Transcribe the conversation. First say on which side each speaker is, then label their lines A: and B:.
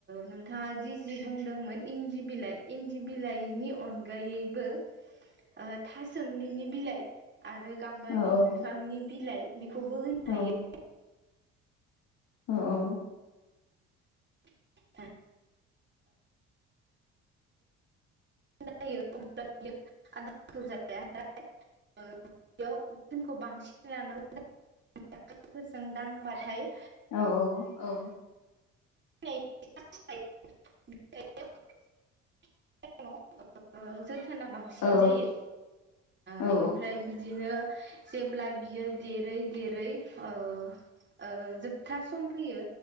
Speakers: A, on the right (about 30°); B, on the left (about 60°).
A: नोंथाङा दि जि बुंदोंमोन इन्दि बिलाइ इन्दि बिलाइनि अनगायैबो ओ थासोमलिनि बिलाइ आरो गाम्बारि
B: औ औ
A: बि बिलाइ बे खौबो होनो
B: औ
A: हायो
B: औ औ
A: <unintelligible> जायो अब्ला बियो आदारखौ जाया नाथाय ओ बेयाव <unintelligible> बांसिन <unintelligible> फोरजों दांबाथाय
B: औ औ औ
A: <unintelligible> थोना बांसिन
B: औ
A: जायो ओ
B: औ
A: बेनिफ्राय बिदिनो जेब्ला बियो देरै देरै ओ ओ जोबथा सम फैयो